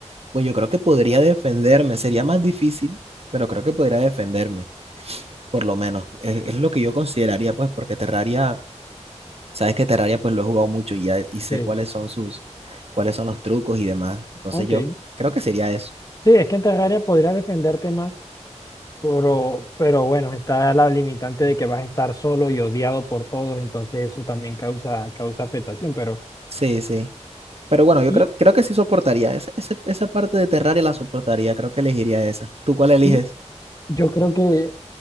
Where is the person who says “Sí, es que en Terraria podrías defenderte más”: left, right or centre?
Left